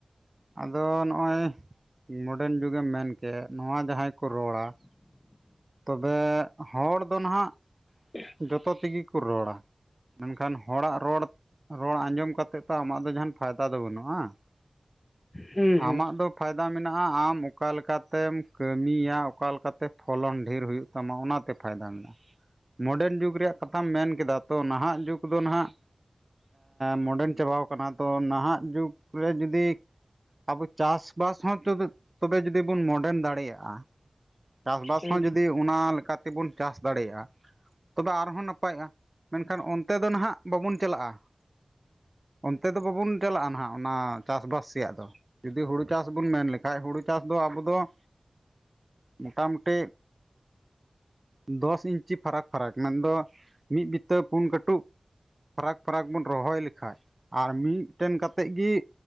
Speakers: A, on the right (about 30°); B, on the left (about 25°).
A: ᱟᱫᱚ ᱱᱚᱜᱼᱚᱭ ᱢᱚᱰᱟᱨᱱ ᱡᱩᱜᱽ ᱮᱢ ᱢᱮᱱ ᱠᱮᱫ, ᱱᱚᱶᱟ ᱡᱟᱦᱟᱸᱭ ᱠᱚ ᱨᱚᱲ ᱟ ᱾ ᱛᱚᱵᱮ ᱦᱚᱲ ᱫᱚ ᱱᱟᱜᱼᱟᱜ ᱾
B: ᱦᱮᱸ <inaudible>
A: ᱡᱚᱛᱚ ᱛᱮᱜᱮ ᱠᱚ ᱨᱚᱲ ᱟ, ᱢᱮᱱᱠᱷᱟᱱ ᱦᱚᱲ ᱟᱜ ᱨᱚᱲ ᱾ ᱨᱚᱲ ᱟᱸᱡᱚᱢ ᱠᱟᱛᱮ ᱫᱚ ᱛᱟᱢ ᱡᱟᱦᱟᱸᱱᱟᱜ ᱯᱷᱟᱭᱫᱟ ᱫᱚ ᱵᱟᱭ ᱧᱟᱢᱚᱜᱼᱟ ᱾
B: ᱦᱩᱸ ᱦᱩᱸ
A: ᱟᱢᱟᱜ ᱫᱚ ᱾ ᱯᱷᱟᱭᱫᱟ ᱢᱮᱱᱟᱜᱼᱟ ᱟᱢ ᱚᱠᱟ ᱞᱮᱠᱟ ᱛᱮᱢ ᱠᱟᱹᱢᱤ ᱭᱟ, ᱚᱠᱟ ᱞᱮᱠᱟ ᱛᱮ ᱯᱷᱚᱞᱚᱱ ᱰᱷᱮᱨ ᱦᱩᱭᱩᱜ ᱛᱟᱢᱟ, ᱚᱱᱟ ᱛᱮ ᱯᱷᱟᱭᱫᱟ ᱢᱮᱱᱟᱜᱼᱟ ᱾ ᱢᱚᱰᱟᱨᱱ ᱡᱩᱜᱽ ᱨᱮᱭᱟᱜ ᱠᱟᱛᱷᱟ ᱢᱮᱱ ᱠᱮᱫᱼᱟ, ᱛᱚ ᱱᱟᱜᱼᱟᱜ ᱡᱩᱜᱽ ᱫᱚ ᱱᱟᱜᱼᱟᱜ ᱾ ᱢᱚᱰᱟᱨᱱ ᱡᱚᱵᱟᱣ ᱠᱟᱱᱟ, ᱛᱚ ᱱᱟᱜᱼᱟᱜ ᱡᱩᱜ ᱨᱮ ᱡᱩᱫᱤ ᱟᱵᱚ ᱪᱟᱥ-ᱵᱟᱥ ᱦᱚᱸ ᱛᱚᱵᱮ ᱵᱚᱱ ᱢᱚᱰᱟᱨᱱ ᱫᱟᱲᱮᱭᱟᱜᱼᱟ ᱾ ᱪᱟᱥᱵᱟᱥ
B: ᱦᱩᱸ
A: ᱡᱩᱫᱤ ᱚᱱᱟ ᱞᱮᱠᱟ ᱛᱮ ᱵᱚᱱ ᱪᱟᱥ ᱫᱟᱲᱮᱭᱟᱜᱼᱟ ᱾ ᱛᱚᱵᱮ ᱫᱚᱢᱮ ᱱᱟᱯᱟᱭᱚᱜᱼᱟ, ᱢᱮᱱᱠᱷᱟᱱ ᱚᱱᱛᱮ ᱫᱚ ᱱᱟᱜᱼᱟᱜ ᱵᱟᱵᱚᱱ ᱪᱟᱞᱟᱜᱼᱟ ᱾ ᱚᱱᱛᱮ ᱫᱚ ᱵᱟᱵᱚᱱ ᱪᱟᱞᱟᱜᱼᱟ, ᱱᱟᱜᱼᱟᱜ ᱚᱱᱟ ᱪᱟᱥ-ᱵᱟᱥ ᱥᱮᱫ ᱫᱚ ᱾ ᱡᱩᱫᱤ ᱦᱩᱲᱩ ᱪᱟᱥ ᱵᱚᱱ ᱢᱮᱱ ᱞᱮᱠᱷᱟᱱ, ᱦᱩᱲᱩ ᱪᱟᱥ ᱫᱚ ᱟᱵᱚ ᱫᱚ ᱾ ᱢᱳᱴᱟ-ᱢᱳᱴᱤ ᱫᱚᱥ ᱤᱧᱪᱤ ᱯᱷᱟᱨᱟᱠ ᱾ ᱯᱷᱟᱨᱟᱠ ᱢᱮᱱ ᱫᱚ ᱢᱤᱫ ᱵᱤᱛᱟᱹ ᱯᱩᱱ ᱠᱟᱴᱩᱵ ᱯᱷᱟᱨᱟᱠ-ᱯᱷᱟᱨᱟᱠ ᱵᱚᱱ ᱨᱳᱦᱚᱭ ᱞᱮᱠᱷᱟᱱ ᱟᱨ ᱢᱤᱫ ᱴᱷᱮᱱ ᱠᱟᱛᱮ ᱜᱮ